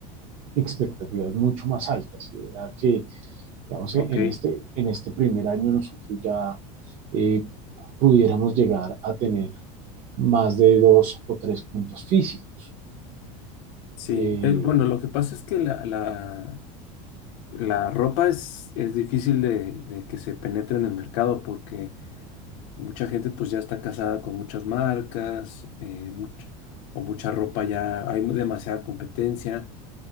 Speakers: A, on the right; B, on the left.
A: expectativas mucho más altas y era que, digamos,
B: Ok.
A: en este, en este primer año nosotros ya eh, pudiéramos llegar a tener más de dos o tres puntos físicos.
B: Sí,
A: Eh,
B: eh, bueno, lo que pasa es que la, la, la ropa es, es difícil de, de que se penetre en el mercado porque mucha gente pues ya está casada con muchas marcas eh, much- o mucha ropa ya, hay demasiada competencia,